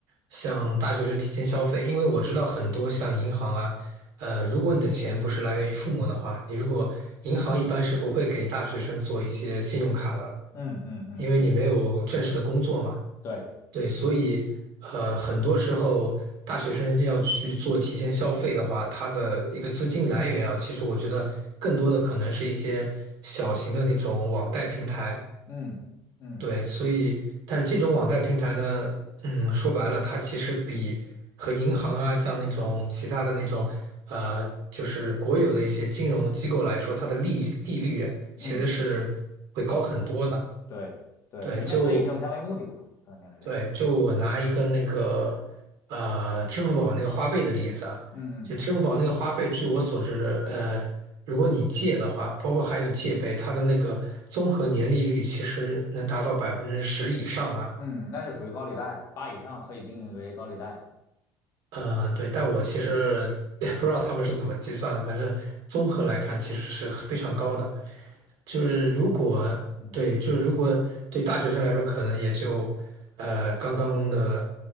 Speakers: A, on the right; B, on the left.
A: 像大学是提前消费，因为我知道很多像银行啊，呃，如果你的钱不是来源于父母的话，你如果银行一般是不会给大学生做一些信用卡的，
B: 嗯嗯嗯嗯，
A: 因为你没有正式的工作嘛。
B: 对，
A: 对，所以呃，很多时候大学生要去做提前消费的话，它的一个资金来源啊，其实我觉得更多的可能是一些小型的那种网贷平台。
B: 嗯嗯
A: 对，所以但是这种网贷平台呢，嗯，说白了，它其实比和银行啊，像那种其他的那种呃，就是国有的一些金融机构来说，它的利利率啊其实是会高很多的。
B: 嗯，对对，
A: 对，
B: 因为他以挣钱为目的嘛，
A: 就
B: 他肯定是这样的。
A: 对，就我拿一个那个呃，支付宝那个花呗的例子啊，
B: 嗯嗯
A: 就支付宝那个花呗，据我所知，呃，如果你借的话，包括还有借呗，它的那个综合年利率其实能达到百分之十以上啊。
B: 嗯，那就属于高利贷了，八以上可以定义为高利贷。
A: 呃，对，但我其实 <laughs> 也不知道他们是怎么计算的，反正综合来看其实是非常高的。就是如果对，
B: 七，嗯，
A: 就是如果对大学生来说，可能也就呃刚刚的，